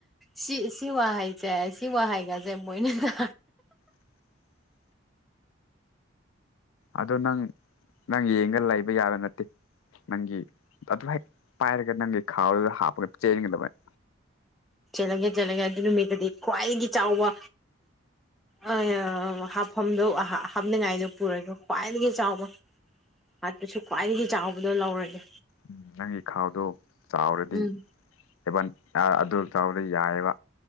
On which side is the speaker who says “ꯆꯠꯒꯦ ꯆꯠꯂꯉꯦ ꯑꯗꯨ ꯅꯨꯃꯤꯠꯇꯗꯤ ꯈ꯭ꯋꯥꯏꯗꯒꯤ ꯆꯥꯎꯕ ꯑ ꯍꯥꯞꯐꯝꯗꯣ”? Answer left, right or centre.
Centre